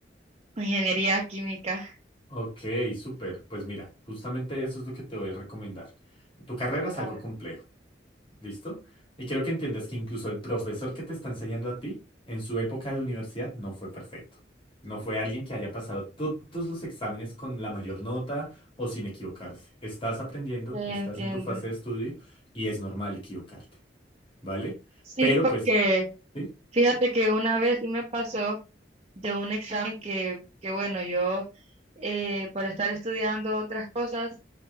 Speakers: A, on the right; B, on the left.
A: Ingeniería química.
B: Ok, súper. Pues mira, justamente eso es lo que te voy a recomendar. Tu carrera
A: Ajá,
B: es algo complejo, ¿listo? Y quiero que entiendas que incluso el profesor que te está enseñando a ti, en su época de universidad, no fue perfecto. No fue alguien que haya pasado to- todos los exámenes con la mayor nota o sin equivocarse. Estás aprendiendo,
A: sí, entiendo.
B: estás en tu fase de estudio y es normal equivocarte, ¿vale?
A: Sí,
B: Pero
A: porque
B: pues, sí,
A: fíjate que una vez sí me pasó de un examen que, que bueno, yo eh, por estar estudiando otras cosas